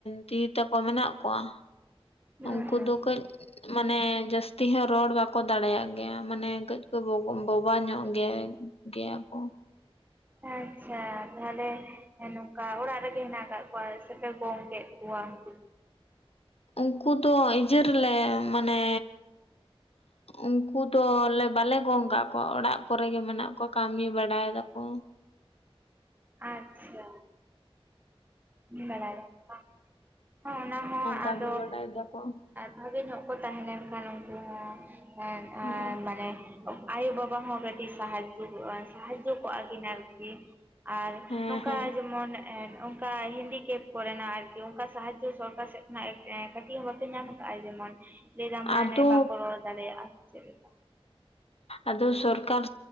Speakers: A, on the left; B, on the right.
A: ᱫᱤᱫᱤ ᱛᱟᱠᱚ ᱢᱮᱱᱟᱜ ᱠᱚᱣᱟ᱾
B: ᱦᱩᱸ
A: ᱩᱝᱠᱩ
B: ᱦᱩᱸ
A: ᱫᱚ ᱠᱟᱹᱡ ᱢᱟᱱᱮ ᱡᱟᱹᱥᱛᱤ ᱦᱚᱸ ᱨᱚᱲ ᱵᱟᱠᱚ ᱫᱟᱲᱮᱭᱟᱜ ᱜᱮᱭᱟ ᱢᱟᱱᱮ ᱠᱟᱹᱡᱼᱼ <inaudible> ᱵᱳᱵᱟ ᱧᱚᱜ ᱜᱮᱭᱟ ᱜᱮᱭᱟ ᱠᱚ᱾
B: ᱟᱪᱪᱷᱟ ᱛᱟᱦᱚᱞᱮ ᱱᱚᱝᱠᱟ ᱚᱲᱟᱜ ᱨᱮᱜᱮ ᱦᱮᱱᱟᱜ ᱠᱟᱜ ᱠᱚᱣᱟ ᱥᱮᱯᱮ ᱜᱚᱝ ᱠᱮᱫ ᱠᱚᱣᱟ? <inaudible>
A: ᱩᱱᱠᱩ ᱫᱚ ᱤᱡᱟᱹ ᱨᱮᱞᱮ ᱢᱟᱱᱮᱼᱼ
B: <inaudible>
A: ᱩᱱᱠᱩ ᱫᱚ ᱞᱮ ᱵᱟᱞᱮ ᱜᱚᱝ ᱠᱟᱜ ᱠᱚᱣᱟ ᱚᱲᱟᱜ ᱠᱚᱨᱮ ᱜᱮ ᱢᱮᱱᱟᱜ ᱠᱚᱣᱟ ᱠᱟᱹᱢᱤ ᱵᱟᱲᱟᱭᱮᱫᱟᱠᱚ᱾
B: ᱟᱪᱪᱷᱟ᱾ ᱠᱟᱢᱤ ᱵᱟᱲᱟᱭ ᱥᱟᱠᱚᱢ ᱵᱟᱝ, ᱚᱱᱟ ᱦᱚᱸ
A: ᱠᱟᱹᱢᱤ
B: ᱟᱫᱚᱼᱼ
A: ᱵᱟᱲᱟᱭ ᱫᱟᱠᱚ
B: ᱵᱷᱟᱜᱮ ᱧᱚᱜ ᱠᱚ ᱛᱟᱦᱮᱸ ᱞᱮᱱᱠᱷᱟᱱ ᱩᱱᱠᱩ ᱦᱚᱸ‌ᱡᱟᱦᱟᱭ
A: ᱦᱚᱸ
B: ᱢᱟᱱᱮᱼᱼ ᱟᱭᱳᱼᱵᱟᱵᱟ ᱦᱚᱸ ᱠᱟᱹᱴᱤᱡ ᱥᱟᱦᱟᱡᱽᱡᱚᱠᱚᱼᱟ ᱥᱟᱦᱟᱡᱡᱚ ᱠᱚᱜᱼᱟ ᱠᱤᱱ ᱟᱨᱠᱤ᱾ ᱟᱨ
A: ᱦᱮᱸ
B: ᱱᱚᱝᱠᱟ
A: ᱦᱮᱸ
B: ᱡᱮᱢᱚᱱ ᱮᱱᱼ ᱚᱱᱠᱟ ᱦᱤᱱᱰᱤᱠᱮᱯ ᱠᱚ ᱨᱮᱱᱟᱜ ᱟᱨᱠᱤ ᱚᱱᱠᱟᱱ ᱥᱟᱦᱟᱡᱡᱚ ᱥᱚᱨᱠᱟᱨ ᱥᱮᱫ ᱠᱷᱚᱱᱟᱜ ᱠᱟᱹᱴᱤᱡ ᱦᱚᱸ ᱵᱟᱯᱮ ᱧᱟᱢ ᱠᱟᱜᱼᱟ, ᱡᱮᱢᱚᱱᱼᱼ ᱞᱟᱹᱭ ᱮᱫᱟᱢ ᱢᱟᱱᱮ
A: ᱟᱫᱚ
B: ᱵᱟᱠᱚ ᱨᱚᱲ ᱫᱟᱲᱮᱭᱟᱜᱼᱟ, ᱥᱮ ᱪᱮᱫ ᱞᱮᱠᱟ?
A: ᱟᱫᱚ ᱥᱚᱨᱠᱟᱨ